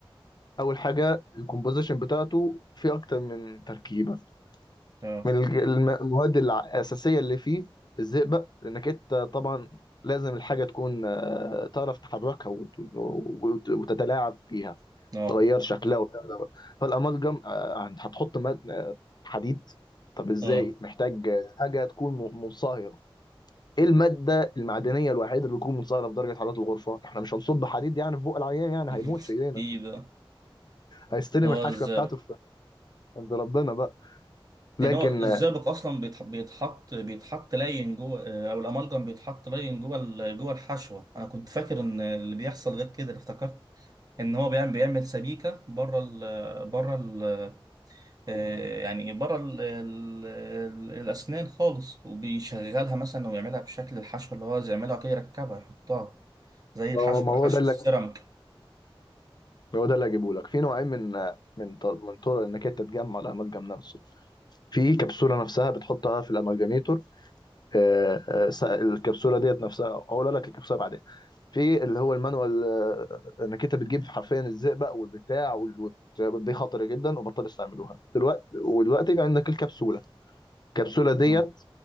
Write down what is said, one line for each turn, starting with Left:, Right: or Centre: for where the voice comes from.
Left: اول حاجه الكومبوزيشن بتاعته فيه اكتر من تركيبه
Right: آه
Left: من الج- الم- المواد الع- الأساسية اللي فيه الزئبق لأنك أنت طبعا لازم الحاجة تكون آه، تعرف تحركها وت- وت- وتتلاعب فيها
Right: آه
Left: تغير شكلها وبتاع ده. فالأمالجم آه، هتحط ماد آه، حديد طب إزاي
Right: آه
Left: محتاج آه، حاجة تكون م- منصهرة إيه المادة المعدنية الوحيدة اللي بتكون منصهرة في درجة حرارة الغرفة؟ إحنا مش هنصب حديد يعني في بق العيان يعني
Right: <laughs>
Left: هيموت في إيدينا
Right: كده
Left: هيستلم
Right: هو
Left: الحشوة
Right: الزئبق
Left: بتاعته في عند ربنا بقى
Right: يعني
Left: لكن
Right: هو الزئبق
Left: آه،
Right: اصلا بيتح- بيتحط بيتحط لين جوه آه، او الامالجم بيتحط لين جوه ال- جوه الحشوه انا كنت فاكر ان اللي بيحصل غير كده اللي افتكرت ان هو بيعمل بيعمل سبيكه بره ال بره ال آه، يعني بره ال ال الاسنان خالص وبيشغلها مثلا ويعملها بشكل الحشوه اللي هو عايز يعملها كده يركبها يحطها زي
Left: ما
Right: الحشو
Left: هو ما هو
Right: حشو
Left: ده اللي
Right: السيراميك
Left: هو ده اللي هجيبه لك في نوعين من من طر- من طرق انك انت تجمع الاملجم نفسه في كبسوله نفسها بتحطها في الاملجميتور آه، آه، س- الكبسوله ديت نفسها اقول لك الكبسوله بعدين في اللي هو المانوال آه، انك انت بتجيب حرفيا الزئبق والبتاع وال- وت- دي خطر جدا وبطل استعملوها دلوقتي ودلوقتي بقى عندك الكبسوله الكبسوله ديت
Right: مم.